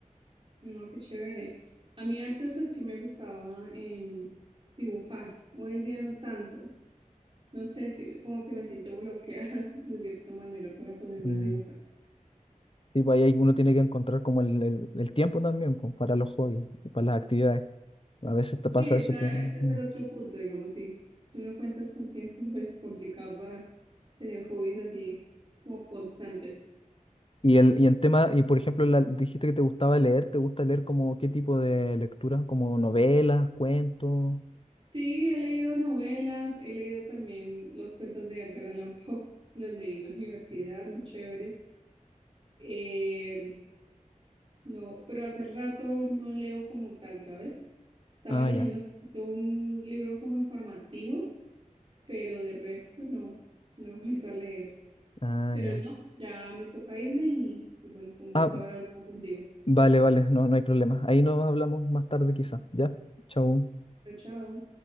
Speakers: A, on the right (about 40°); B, on the left (about 40°).
A: No, qué chévere. A mí antes pues sí me gustaba em, dibujar, hoy en día no tanto. No sé si como que me siento bloqueada <laughs> de cierta manera para ponerme
B: Mm,
A: a dibujar.
B: Y pues, ahí uno tiene que encontrar como el, el- el tiempo también, pues, para los hobbies y para las actividades. A veces te pasa
A: Sí, esa,
B: eso que... mm,
A: ese es el otro punto, digamos, sí. Si tú no cuentas con tiempo, <laughs> pues es complicado para tener hobbies así como constantes.
B: Y el, y en tema, y por ejemplo, la- dijiste que te gustaba leer, ¿te gusta leer como qué tipo de lectura? ¿Como novelas, cuentos?
A: Sí, he leído novelas, he leído también los cuentos de Edgar Allan Poe, <laughs> los leí en la universidad, muy chéveres. Eh, no, pero hace rato no leo como tal, ¿sabes? Estaba
B: Ah,
A: leyendo
B: ya,
A: hace poquito un libro como informativo, pero de resto no, no he vuelto a leer.
B: ah,
A: Pero
B: ya.
A: no, ya me toca irme y, y bueno, fue un gusto
B: Ah,
A: haber hablado contigo.
B: vale, vale, no, no hay problema. Ahí nos hablamos más tarde quizá, ¿ya? Chau.
A: Chao, chao.